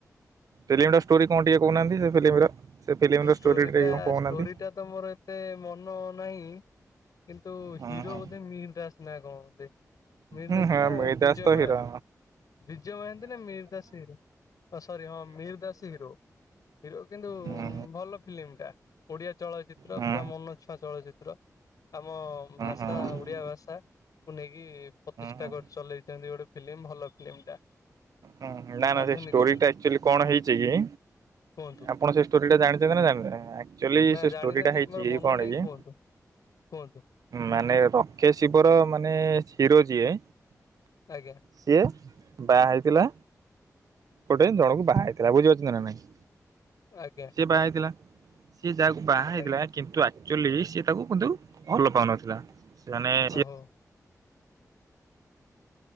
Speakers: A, on the right; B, on the left.
A: ଫିଲ୍ମ ର ଷ୍ଟୋରି କଣ ଟିକେ କହୁନାହାନ୍ତି ସେ ଫିଲ୍ମ ର ସେ ଫିଲ୍ମର
B: ଷ୍ଟୋରିଟା
A: ଷ୍ଟୋରି ଟିକେ କଣ କହୁନାହାନ୍ତି।
B: ଷ୍ଟୋରିଟା ତ ମୋର ଏତେ ମନ ନାହିଁ କିନ୍ତୁ
A: ହୁଁ
B: ହିରୋ
A: ହୁଁ
B: ବୋଧେ ମିହିର ଦାସ। ନା କଣ ଦି ମିର
A: ହୁଁ
B: ଦାସ
A: ହଁ
B: ନା
A: ମିହିର
B: ବିଜୟ
A: ଦାସ ତ
B: ମହାନ୍ତି
A: ହିରୋ
B: ବିଜୟ ମହାନ୍ତି ନା ମିର ଦାସ ଇଏ ଅ ସରି ହଁ ମିହିର ଦାସ ହିରୋ। ହିରୋ କିନ୍ତୁ
A: ହୁଁ ହୁଁ
B: ଭଲ ଫିଲ୍ମ ଟା ଓଡିଆ ଚଳଚିତ୍ର
A: ହୁଁ
B: ପୁରା ମନ ଛୁଆଁ ଚଳଚି ତ୍ର ଆମ ଭାଷା
A: ହୁଁ ହୁଁ ହୁଁ
B: ଓଡିଆ ଭାଷା। କୁ ନେଇକି ପ୍ରଚେଷ୍ଟା
A: ହୁଁ
B: କରି ଚଲେଇଛନ୍ତି ଗୋଟେ ଫିଲ୍ମ ଭଲ ଫିଲ୍ମ ଟା।
A: ଉଁ ହୁଁ ନାଇ
B: ଆଧୁନିକ
A: ନାଇ ସେ ଷ୍ଟୋରି ଟା ଆକ୍ଚୁଆଲି କଣ ହେଇଛି କି?
B: କୁହନ୍ତୁ
A: ଆପଣ ସେ ଷ୍ଟୋରି ଟା ଜାଣିଛନ୍ତି ନା ଜା ଆକଚୁଆଲି
B: ନା
A: ସେ
B: ଜାଣିନାହାନ୍ତି
A: ଷ୍ଟୋରୀ ଟା ହେଇଚି
B: ମୋର ମନ
A: କଣ
B: ନାହିଁ
A: କି?
B: କୁହନ୍ତୁ କୁହନ୍ତୁ।
A: ମାନେ ରଖେ ଶିବର ମାନେ ହିରୋ ଯିଏ।
B: ଆଜ୍ଞା।
A: ସିଏ। ବାହା ହେଇଥିଲା ଗୋଟେ ଜଣକୁ ବାହା ହେଇଥିଲା ବୁଝିପାରୁଛନ୍ତି ନା ନାଇଁ।
B: ଆଜ୍ଞା।
A: ସିଏ ବାହା ହେଇଥିଲା ସିଏ ଯାହାକୁ ବାହା ହେଇଥିଲା
B: ଆଜ୍ଞା
A: କିନ୍ତୁ ଆ ଚୁଲି ସି ତାକୁ କିନ୍ତୁ ଭଲ ପାଉନଥିଲା ମାନେ ସିଏ
B: ଓହୋ